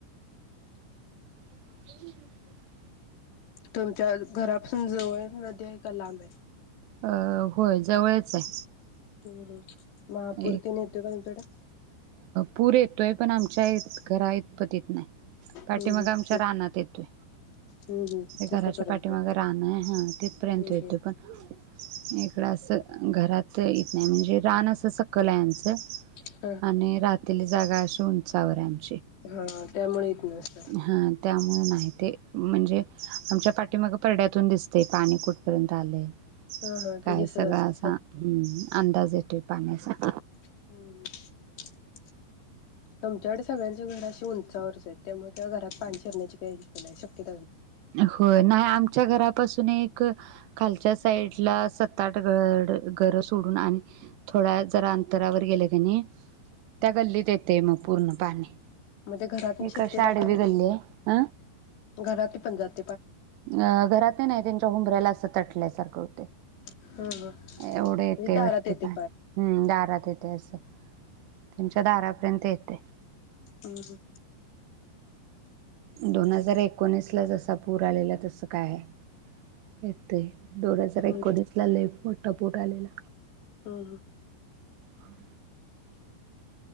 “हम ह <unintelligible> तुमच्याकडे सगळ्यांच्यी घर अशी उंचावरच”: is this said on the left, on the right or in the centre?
Left